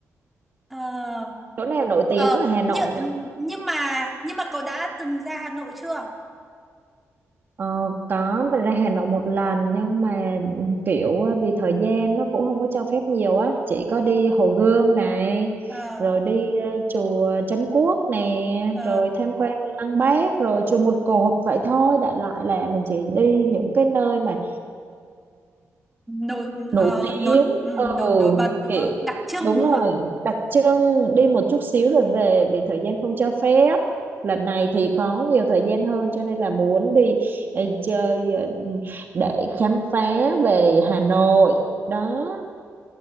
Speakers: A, in the centre; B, on the right (about 40°).
A: ờ,
B: chỗ nào nổi tiếng
A: ờ,
B: ở Hà Nội
A: nhưng,
B: nhỉ
A: nhưng mà, nhưng mà cậu đã từng ra Hà Nội chưa?
B: Ờ, có mình ra Hà Nội một lần nhưng mà kiểu ờ, vì thời gian nó cũng không có cho phép nhiều á chỉ có đi Hồ Gươm này
A: Ờ,
B: rồi đi ờ, chùa Trấn Quốc nè
A: ờ,
B: rồi tham quan Lăng Bác rồi chùa Một Cột vậy thôi đại loại là mình chỉ đi những cái nơi mà
A: nổi,
B: nổi
A: ờ,
B: tiếng
A: nổi, ừ,
B: ừ
A: nổi, nổi bật đúng
B: kiểu
A: không? Đặc trưng
B: đúng
A: đúng
B: rồi
A: không?
B: đặc trưng đi một chút xíu rồi về vì thời gian không cho phép lần này thì có nhiều thời gian hơn cho nên là muốn đi ờ, chơi ờ, để khám phá về Hà Nội đó